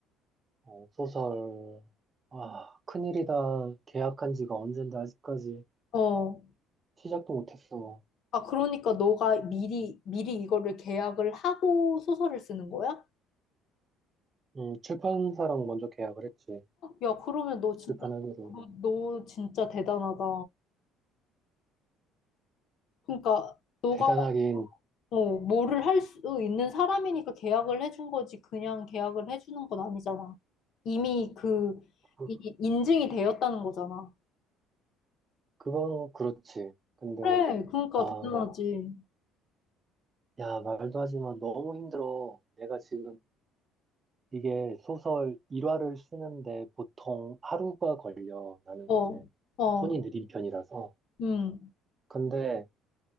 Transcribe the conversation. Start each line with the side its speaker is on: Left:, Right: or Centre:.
Right: 어, 소설. 아, 큰일이다. 계약한 지가 언젠데 아직까지
Left: 어.
Right: 시작도 못했어.
Left: 아, 그러니까 너가 미리, 미리 이거를 계약을 하고 소설을 쓰는 거야?
Right: 음, 출판사랑 먼저 계약을 했지.
Left: 야, 그러면 너 진짜,
Right: 출판하기로.
Left: 너, 너 진짜 대단하다. 그러니까 너가
Right: 대단하긴,
Left: 어, 뭐를 할 수 있는 사람이니까 계약을 해준 거지. 그냥 계약을 해주는 건 아니잖아. 이미 그,
Right: 그,
Left: 이, 인증이 되었다는 거잖아.
Right: 그건 그렇지. 근데,
Left: 그래, 그러니까
Right: 아,
Left: 대단하지.
Right: 야, 말도 하지 마. 너무 힘들어. 내가 지금 이게 소설 1화를 쓰는데 보통 하루가 걸려. 나는
Left: 어,
Right: 이제
Left: 어,
Right: 손이 느린 편이라서.
Left: 음,
Right: 근데